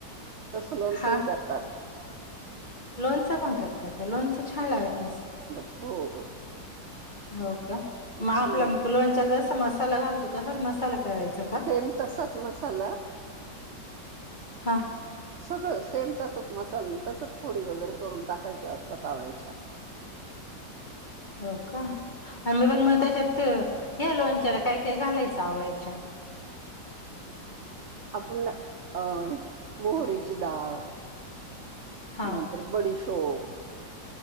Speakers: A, on the right (about 65°); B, on the left (about 30°).
A: तसं लोणचंही
B: हा
A: करतात.
B: लोणचं पण करता का लोणचं छान लागत असं
A: हो हो
B: हो का
A: हं.
B: मग आपल्या लोणच्याला जसा मसाला घालतो तसाच मसाला करायचा का?
A: सेम तसाच मसाला
B: हा
A: सगळं सेम तस तोच मसाल, नं तसच फोडी वगैरे करून टाकायच्या असतां <unintelligible>
B: हो का आणि पण म त्याच्यात ते ह्या लोनच्याला काय काय घालायचं आवळ्याच्या?
A: आपूण अ हे मोहरेची दाळ.
B: हा
A: नंतर बडीशोप.